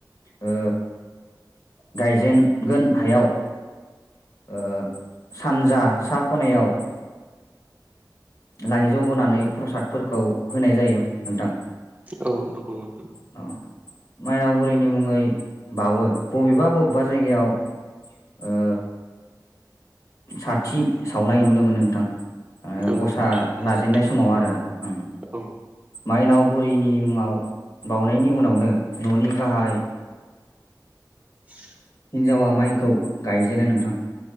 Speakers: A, on the left; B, on the right.
A: ओ गायजेनगोन हायाव ओ सानजा सा खनायाव लायजौ बनानै प्रसादफोरखौ होनाय जायो नोंथां।
B: औ नंगौ नोंथां।
A: अ माइनाव बुरैनि मुङै बावो। बबेबा बबेबा जायगायाव ओ साथि सावनाय नुनो मोनो नोंथां। ओ
B: औ
A: गसा
B: थारैनो
A: लाजेननाय समाव आरो ओ
B: नोंथां
A: माइनाव बुरिनि मुङाव बाउनायनि उनावनो न'नि गाहाइ
B: <inaudible>
A: हिन्जावा माइखौ गायजेनो नोंथां।